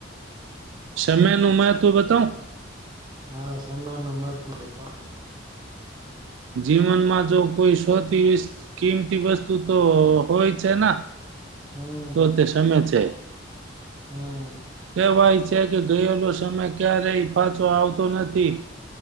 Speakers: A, on the right; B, on the right.
A: સમેનુ મહત્વ બતાવ.
B: હા સમેનુ મહત્વ બતાવ.
A: જીવનમાં જો કોઈ સોતી કિંમતી વસ્તુ તો હોય છેન.
B: હમ
A: તો તે સમે છે.
B: હમ
A: કેવાય છ. ત કે ગયેલો સમય ક્યાં રહી. પાછો આવતો નથી